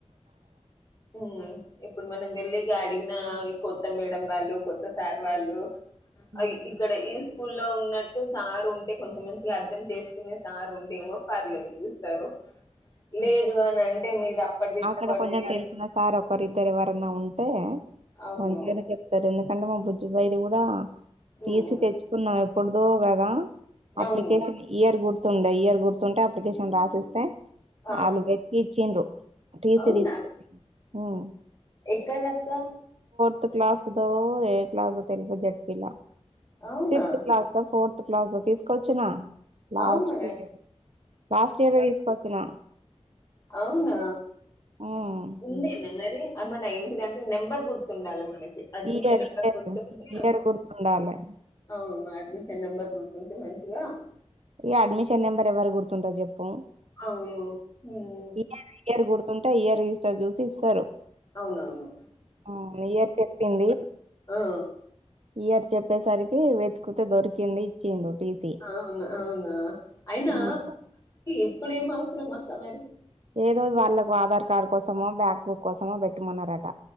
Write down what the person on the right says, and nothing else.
ఉమ్,
ఉమ్.
అక్కడ కొంచెం తెలిసిన సార్ ఒకరిద్దరు ఎవరన్నా ఉంటే
మంచిగానే చెప్తారు ఎందుకంటే మా బుజ్జుబాయిది కూడా
తీసి తెచ్చుకున్నాం ఎప్పుడుదో కదా
అప్లికేషన్ ఇయర్ గుర్తుండ ఇయర్ గుర్తుంటే అప్లికేషన్ రాసిస్తే
వాళ్ళు వెతికి ఇచ్చిండ్రు టీసీ
తీసుకు ఉమ్
ఫిఫ్త్ క్లాస్ దో ఏ క్లాస్ ఓ తెల్వదు జెడ్ పి ల
ఫిఫ్త్ క్లాస్ ఆ ఫోర్త్ తీసుకొచ్చనా లాస్ట్
ఇయర్ లాస్ట్ ఇయరే తీసుకొచ్చిన
ఉమ్
ఇయర్
ఇయర్
ఇయర్ గుర్తుండాలే
ఇగ అడ్మిషన్ నెంబర్ ఎవ్వరు గుర్తుంటాది చెప్పు
ఇయర్ ఇయర్ గుర్తుంటే ఈయర్ రిజస్టర్ చూసి సరు
ఆ ఇయర్ చెప్పింది
ఇయర్ చెప్పేసరికి వెతికితే దొరికింది ఇచ్చిండు టీసీ
ఉమ్
ఏదో వాళ్ళకు ఆధార్ కార్డ్ కోసమో బ్యాక్ బుక్ కోసమో పెట్ట మన్నారట